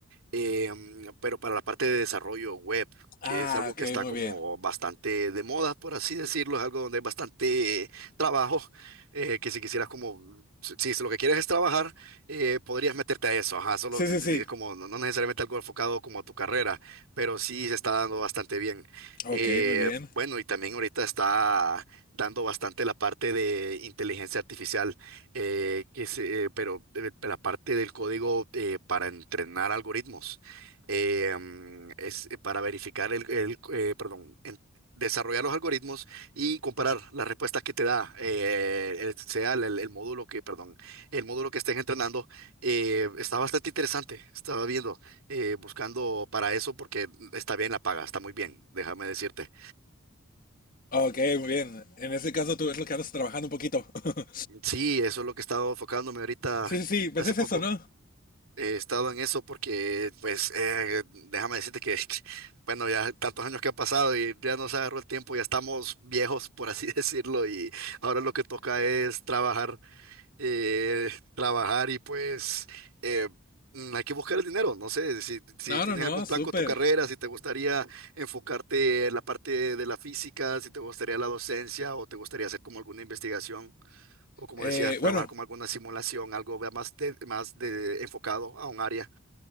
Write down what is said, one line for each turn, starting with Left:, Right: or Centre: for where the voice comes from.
Right: eh, mm, pero para la parte de desarrollo web, que
Left: Ah,
Right: es algo
Left: ok,
Right: que está
Left: muy
Right: como
Left: bien.
Right: bastante de moda, por así decirlo, es algo donde hay bastante trabajo, eh, que si quisieras como, si, si lo que quieres es trabajar, eh, podrías meterte a eso, ajá, solo
Left: Sí,
Right: si-
Left: sí,
Right: si-
Left: sí.
Right: si es como, no, no necesariamente algo enfocado como a tu carrera, pero sí se está dando bastante bien.
Left: Ok,
Right: Eh,
Left: muy bien.
Right: bueno, y también ahorita está dando bastante la parte de inteligencia artificial eh, que se, eh, pero eh, la parte del código eh, para entrenar algoritmos eh, mm, es eh, para verificar el, el, eh, perdón, en- desarrollar los algoritmos y comparar las respuestas que te da eh, el- sea el, el- el módulo que, perdón, el módulo que estés entrenando eh, está bastante interesante. Estaba viendo, eh, buscando para eso porque está bien la paga, está muy bien, déjame decirte.
Left: Ok, muy bien. En ese caso tú es lo que andas trabajando un poquito. <laughs>
Right: Sí, eso es lo que he estado enfocándome ahorita
Left: Sí, sí, sí, pues
Right: hace
Left: es
Right: poco.
Left: eso, ¿no?
Right: he estado en eso porque, pues, eh, déjame decirte que, <laughs> bueno, ya tantos años que han pasado y ya nos agarró el tiempo, ya estamos viejos, por así <laughs> decirlo, y ahora lo que toca es trabajar, eh, trabajar y pues eh, mm, hay que buscar el dinero. No sé, si, si
Left: No,
Right: tienes
Left: no, no,
Right: algún plan
Left: súper.
Right: con tu carrera, si te gustaría enfocarte en la parte de la física, si te gustaría la docencia o te gustaría hacer como alguna investigación o como
Left: Eh,
Right: decías, trabajar
Left: bueno,
Right: como alguna simulación, algo más, de, más de, enfocado a un área.